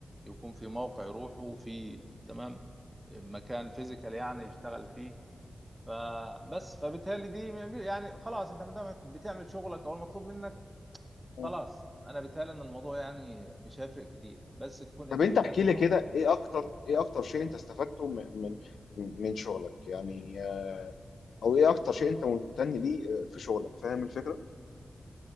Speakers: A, on the right (about 20°); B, on the left (about 85°).
A: يكون في موقع يروحوا في تمام مكان فيزيكال يعني يشتغل فيه فبس فبالتالي دي ما بي- يعني خلاص انت ما دام بتعمل شغلك او المطلوب منك
B: م.
A: خلاص انا بالتالي ان الموضوع يعني مش هيفرق كتير بس تكون
B: طب
A: انت
B: انت
A: بتأدي
B: احكي لي
A: شغلك
B: كده ايه اكتر ايه اكتر شيء انت استفدته من من من شغلك يعني آه، او ايه اكتر شيء انت ممتن ليه آه، في شغلك فاهم الفكرة